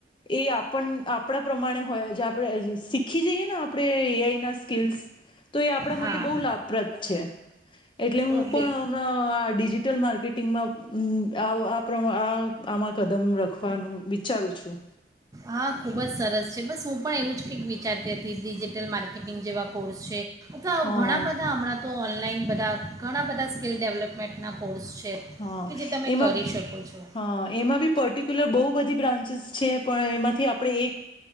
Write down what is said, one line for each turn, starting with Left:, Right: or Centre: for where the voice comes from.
Left: એ આપ પણ આપણા પ્રમાણે હોયે જ આપણે શીખી જઈએ આપણે એઆઈ ના સ્કિલ્સ તો એ આપણા
Right: હા
Left: માટે બહુ લાભપ્રદ છે એટલે હું
Right: ઓ, બિલ
Left: પણ હમણાં ડિજિટલ મા ટીંગ મા <unintelligible> આવુ આપ <unintelligible> આ આમાં કદમ રખવું પણ હું વિચારું છું
Right: હા ખૂબ જ સરસ છે બસ હું પણ એવું જ કંઈક વિચારતી હતી ડિજિટલ માર્કેટિંગ જેવા કોર્સ છે અથવા
Left: હા
Right: ઘણા બધા હમણાં તો ઓનલાઈન બ બધા ઘણા બધા સ્કીિલ ડેવલપમેન્ટના કોર્સ છે
Left: હઅ
Right: કે જે તમે
Left: એમાં
Right: કરી શકો છો
Left: હ એમાં બી પર્ટિક્યુલર બો બધી બ્રાન્ચિસ છે પણ પણ એમાંથી આપણે એક